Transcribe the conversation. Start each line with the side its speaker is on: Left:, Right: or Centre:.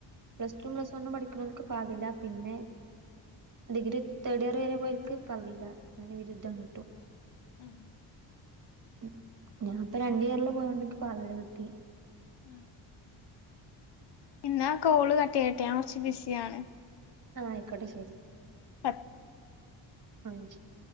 Right: പ്ലസ് റ്റും പ്ലസ്
Left: ഉം
Right: വണ്ണും പഠിക്കുന്നോര്ക്ക് ഫാളില പിന്നെ ഡിഗ്രി തേഡിയർ വരെ പോയോർക്ക് ഫളീല അങ്ങനെ ബിരുദ്ധം കിട്ടും
Left: ഉം
Right: ഉം ഞാപ്പ രണ്ടിയറില് പോയോണ്ടിക്ക് ഫാളില കിട്ടി
Left: ഊ ഇന്നാ കോള് കട്ടയട്ടെ ഞാൻ കൊറച്ച് ബിസിയാണ്
Right: ആഹ് ആയിക്കോട്ടെ ശെരി
Left: <unintelligible>
Right: <unintelligible>